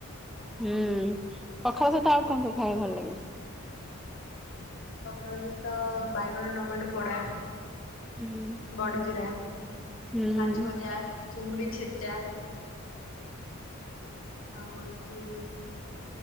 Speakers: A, in the centre; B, on the left (about 65°).
A: ହୁଁ ପଖାଳ ସହିତ ଆଉ କଣ କଣ ଖାଇବା ଭଲ ଲାଗେ?
B: ପଖାଳ ସହିତ ବାଇଗଣ ଟମାଟୋ ପୋଡା
A: ହୁଁ
B: ବଡ଼ିଚୁରା,
A: ହୁଁ
B: ମାଛ ଭଜା, ଚିଙ୍ଗୁଡି ଛେଚା ଆଉ ହେଉଛି